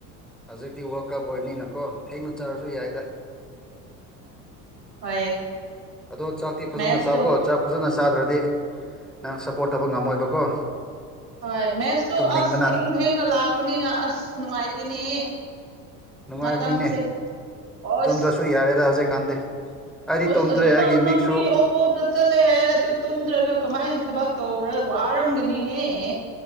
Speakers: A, in the centre; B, on the right (about 85°).
A: ꯍꯧꯖꯤꯛꯇꯤ ꯋꯥꯔꯜ ꯀꯞ ꯑꯣꯏꯕꯅꯤꯅꯀꯣ ꯊꯦꯡꯅ ꯆꯥꯔꯁꯨ ꯌꯥꯏꯗ
B: ꯍꯣꯏ
A: ꯑꯗꯣ ꯆꯥꯛꯇꯤ ꯐꯖꯅ
B: ꯃꯦꯠꯁꯇꯣ
A: ꯆꯥꯎꯈꯣ ꯆꯥꯛ ꯐꯖꯅ ꯆꯥꯗ꯭ꯔꯗꯤ ꯅꯪ ꯁꯞꯄꯣꯔꯠ ꯇꯧꯕ ꯉꯝꯃꯣꯏꯕꯀꯣ
B: ꯍꯣꯏ ꯃꯦꯠꯁꯇꯣ
A: ꯇꯨꯝꯅꯤꯡꯕꯅ
B: ꯑꯁ ꯊꯦꯡ ꯊꯦꯡꯅ ꯂꯥꯛꯄꯅꯤꯅ ꯑꯁ ꯅꯨꯡꯉꯥꯏꯇꯦꯅꯦ
A: ꯅꯨꯡꯉꯥꯏꯕꯅꯤꯅꯦ
B: ꯃꯇꯝꯁꯦ ꯑꯁ
A: ꯇꯨꯡꯗ꯭ꯔꯁꯨ ꯌꯥꯔꯦꯗ ꯍꯧꯖꯤꯛꯀꯥꯟꯗꯤ ꯑꯩꯗꯤ
B: ꯑꯁ
A: ꯇꯨꯝꯗ꯭ꯔꯦ
B: ꯑꯗꯨ
A: ꯑꯩꯒꯤ
B: ꯅꯪ ꯅꯪꯗꯤ
A: ꯃꯤꯛꯁꯨ
B: ꯑꯣꯇꯣꯗ ꯆꯠꯂꯦ ꯍꯥꯏ ꯑꯗꯨ ꯇꯨꯝꯗ꯭ꯔꯒ ꯀꯃꯥꯏꯅ ꯊꯕꯛ ꯇꯧꯕ꯭ꯔꯥ ꯋꯥꯔꯝꯒꯅꯤꯍꯦꯍ